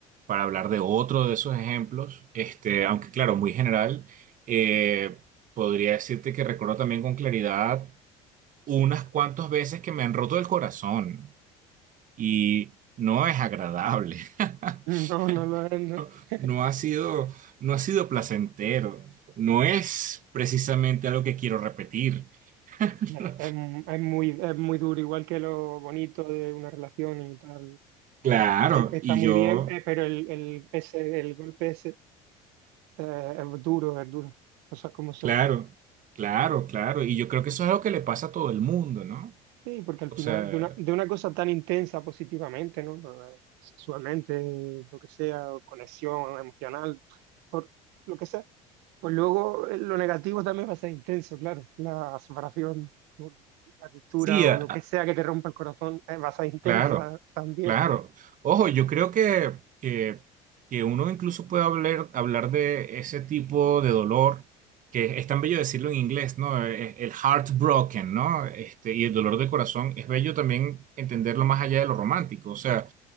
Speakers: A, on the right; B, on the right.
A: para hablar de otro de esos ejemplos, este, aunque claro, muy general, eh, podría decirte que recuerdo también con claridad unas cuantas veces que me han roto el corazón y no es agradable. <laughs>
B: No, no lo es, ¿no?
A: No,
B: <laughs>
A: no ha sido, no ha sido placentero. No es precisamente algo que quiero repetir. <laughs>
B: Es, es muy, es muy duro, igual que lo bonito de una relación y tal.
A: Claro,
B: Está
A: y
B: muy
A: yo
B: bien, eh, pero el, el, ese, el golpe ese eh, es duro, es duro. Cosas como son.
A: Claro, claro, claro. Y yo creo que eso es algo que le pasa a todo el mundo, ¿no?
B: Sí, porque al
A: O
B: final,
A: sea,
B: de una, de una cosa tan intensa positivamente, ¿no? Eh, Sexualmente, lo que sea, o conexión emocional, por lo que sea. Pues luego eh, lo negativo también va a ser intenso, claro. La separación, o la ruptura
A: sí,
B: o
A: a-
B: lo
A: a-
B: que sea que te rompa el corazón, eh, va a ser intensa
A: claro,
B: también.
A: claro. Ojo, yo creo que, que, que uno incluso puede hablar, hablar de ese tipo de dolor, que es tan bello decirlo en inglés, ¿no? E- El heartbroken, ¿no? Este, y el dolor de corazón, es bello también entenderlo más allá de lo romántico. O sea,